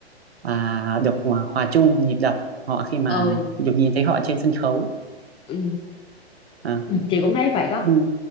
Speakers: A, on the right; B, on the left.
A: à, được hòa hòa chung nhịp đập họ khi mà
B: ừ
A: được nhìn thấy họ trên sân khấu
B: ừ,
A: à,
B: chị cũng thấy vậy đó
A: Ừ.